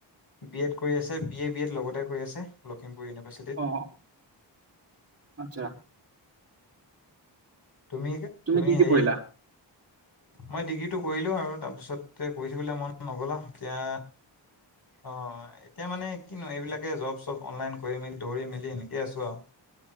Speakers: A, on the left; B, on the right.
A: বি এড কৰি আছে, বি এ বি এড লগতে কৰি আছে, লখিমপুৰ ইউনিভাৰ্চিটি',
B: অঁ! আচ্ছা!
A: তুমিকা তুমি
B: কি কি
A: হেৰি
B: পঢ়িলা
A: মই ডিগ্ৰীটো কৰিলো! আৰু তাৰপিছতে পঢ়ি থাকিবলৈ মন নগ'ল আৰু এতিয়া অ এতিয়া মানে কিনো এইবিলাকে জব চব অনলাইন কৰি মেলি দৌৰি মেলি এনেকে আছো আৰু।